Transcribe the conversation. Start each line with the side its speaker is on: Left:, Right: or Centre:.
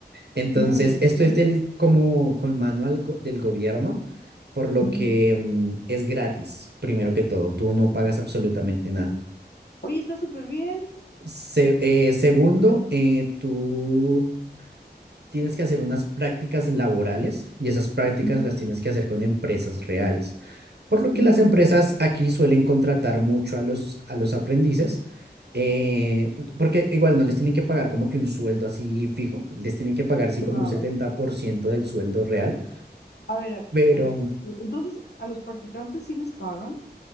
Right: Entonces,
Left: mm,
Right: esto
Left: ok,
Right: es del como con manual go- del gobierno, por lo
Left: ujú.
Right: que mm, es gratis, primero que todo. Tú no pagas absolutamente nada.
Left: Oye, está súper bien.
Right: Se- eh, segundo, eh, tú tienes que hacer unas prácticas laborales y esas prácticas
Left: Ujú,
Right: las tienes que hacer con empresas reales. Por lo que
Left: ujú,
Right: las empresas aquí suelen contratar mucho a los, a los aprendices, eh, porque igual no les tienen que pagar como que un sueldo así fijo, les tienen que pagar así
Left: Claro.
Right: como un 70% del sueldo real,
Left: A ver, a ver,
Right: pero
Left: a ver. e- Entonces, ¿a los practicantes sí les pagan?